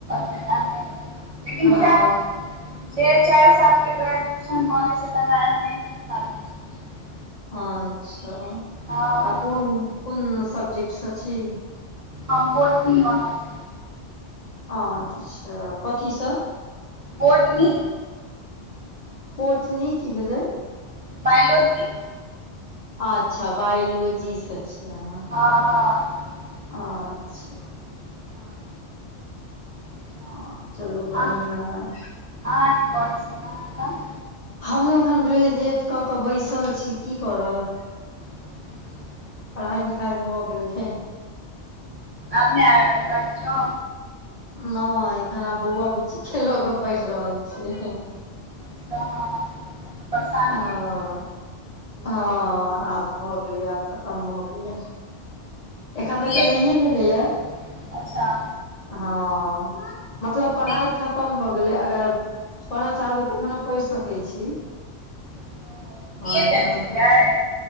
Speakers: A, on the right; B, on the left.
A: फेर एम ए लेकिन बुझाएल
B: हँ
A: जे चारि साल के ग्रेजुएशन क ले छै तकरा एम एके ए। सालके छै बुझाइये
B: अच्छा
A: हँ
B: तऽ कोन कोन सब्जेक्ट से छी।
A: हम बोटनी से।
B: अच्छा कथिसँ
A: बोटनी।
B: पोटनी कि भेलै।
A: बायोलॉजी।
B: अच्छा बायोलॉजी से छियै अहाँ।
A: हँ हँ। बायोलॉजी
B: अच्छा।
A: मे बोटनी छी। हँ अच्छा
B: ह चलू बढ़िआं
A: अहाँ
B: है।
A: अहाँ की करै छी अहाँ एखन
B: हमहुँ एखन ग्रेजुएट कऽ कऽ बैसल छी की करब।
A: अच्छा
B: पढ़ाई लिखाइ भऽ गेल हे।
A: आब ने अगा करबै किछौ।
B: नहि एखन आ बौआ बुच्ची के लऽ के पढ़ि रहल छियै।
A: <unintelligible>
B: हां-हां
A: अइ
B: आब भऽ गेलै, आब खत्म भऽ गेलै। एखन
A: बी
B: तक तै
A: ए
B: नहिए
A: केने
B: भेलै यै
A: अच्छा
B: हां। मतलब पढ़ाय
A: बी
B: खत्म भऽ गेलै अगर पढ़ा चाहबै तऽ एखनो पढ़ सकय छी।
A: ओ बी
B: हां
A: ए
B: एखन
A: केने
B: हमर
A: छलियै
B: सब